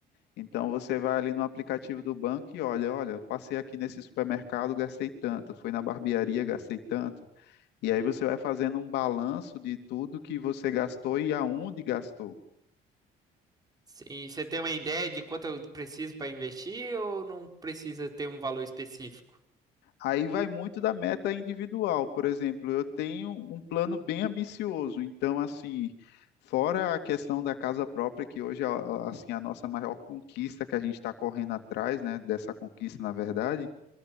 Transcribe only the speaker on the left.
Então você vai ali no aplicativo do banco e olha, olha, eu passei aqui nesse supermercado, gastei tanto, fui na barbearia, gastei tanto. E aí você vai fazendo um balanço de tudo que você gastou e aonde gastou.
Aí vai muito da meta individual. Por exemplo, eu tenho um plano bem ambicioso, então assim, fora a questão da casa própria, que hoje é a- assim a nossa maior conquista que a gente está correndo atrás, né, dessa conquista, na verdade,